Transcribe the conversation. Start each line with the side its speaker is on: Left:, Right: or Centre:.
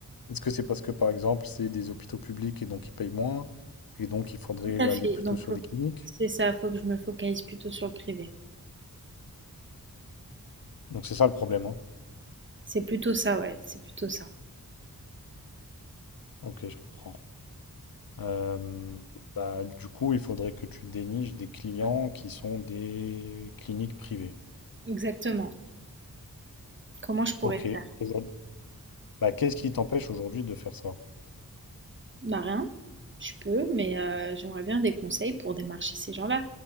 Left: Est-ce que c'est parce que, par exemple, c'est des hôpitaux publics et donc ils payent moins et donc il faudrait
Right: Tout à
Left: aller
Right: fait,
Left: plutôt
Right: donc
Left: sur
Right: faut
Left: des cliniques?
Right: c'est ça, faut que je me focalise plutôt sur le privé.
Left: Donc, c'est ça le problème, hein.
Right: C'est plutôt ça, ouais, c'est plutôt ça.
Left: Ok, je comprends. Euh, bah, du coup, il faudrait que tu déniches des clients qui sont des cliniques privées.
Right: Exactement. Comment je pourrais
Left: Ok.
Right: faire?
Left: Aujourd- Bah, qu'est-ce qui t'empêche aujourd'hui de faire ça?
Right: Bah, rien, je peux, mais heu, j'aimerais bien des conseils pour démarcher ces gens-là.